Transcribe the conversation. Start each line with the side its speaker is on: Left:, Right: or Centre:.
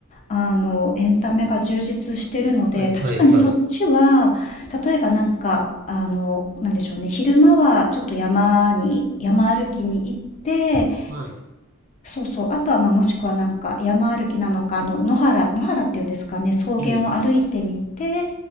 Left: あの、エンタメが充実してるので、
Right: はい、
Left: 確かにそっちは、
Right: はい、はい。
Left: 例えばなんか、あの、なんでしょうね、昼間はちょっと山に、山歩きに行って、
Right: はい。
Left: そうそう、あとはまあもしくはなんか山歩きなのか、あの、野原、野原っていうんですかね、草原を歩いてみて、
Right: うん、うん。